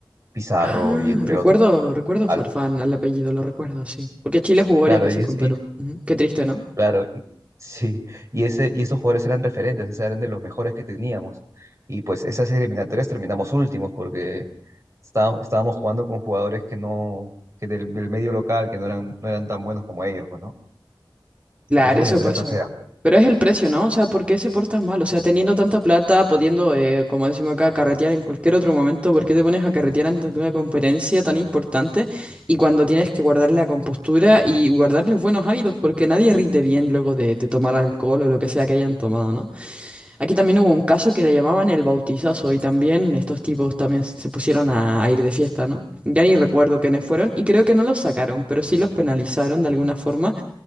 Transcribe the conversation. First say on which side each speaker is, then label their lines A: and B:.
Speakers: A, on the right; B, on the right.
A: Pizarro
B: Ah,
A: y entre
B: recuerdo,
A: otros.
B: recuerdo
A: al-
B: Farfán al apellido, lo recuerdo, sí. Porque Chile jugó varias
A: claro,
B: veces
A: y, es-
B: con Perú. Ujú. Qué triste, ¿no?
A: Claro, y- sí. Y, ese, y esos jugadores eran referentes, o sea, eran de los mejores que teníamos. Y pues esas eliminatorias terminamos últimos porque está- estábamos jugando con jugadores que no, que del, del medio local, que no eran, no eran tan buenos como ellos, pues, ¿no?
B: Claro,
A: Pero esa eliminatoria
B: eso pasa.
A: fue fea.
B: Pero es el precio, ¿no? O sea, ¿por qué se portas mal? O sea, teniendo tanta plata, pudiendo, eh, como decimos acá, carretear en cualquier otro momento, ¿por qué te pones a carretear antes de una competencia tan importante y cuando tienes que guardar la compostura y guardar los buenos hábitos? Porque nadie rinde bien luego de, de tomar alcohol o lo que sea que hayan tomado, ¿no? Aquí también hubo un caso que le llamaban el bautizazo y también estos tipos también se pusieron a, a ir de fiesta, ¿no? Ya ni recuerdo quiénes fueron y creo que no los sacaron, pero sí los penalizaron de alguna forma